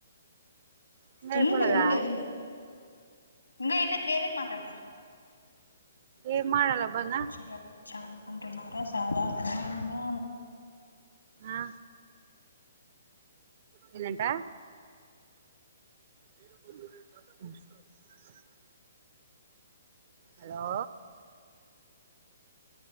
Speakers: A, on the right; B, on the left.
A: ఇంగ
B: ఉండు
A: అయిపోలేదా
B: ఉండు ఉండు ఇంకా ఎన్న వేరేది మాట్లాడతా.
A: ఏంమారాల బన్నా.
B: ఎవున్నా అచ్చా అనుకుంటున్నారా సాధారణంగా
A: ఆ ఏందంటా. మీీరబు రేపు ట్టా ముప్పస్తారు <inaudible> హలో